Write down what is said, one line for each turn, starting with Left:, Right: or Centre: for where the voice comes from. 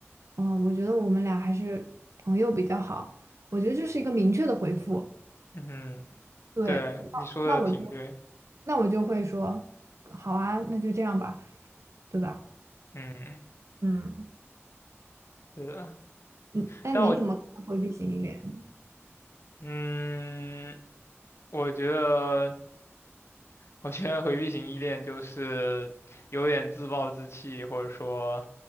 Right: 嗯，我觉得我们俩还是朋友比较好。我觉得这是一个明确的回复。
Left: 嗯，
Right: 对，
Left: 对，你说的挺对，
Right: 那我就那我就会说好啊，那就这样吧，对吧？
Left: 嗯，
Right: 嗯
Left: 对的，
Right: 嗯，那你怎么看回避型依恋？
Left: 但我，嗯，嗯我觉得我觉得回避型依恋就是有点自暴自弃，或者说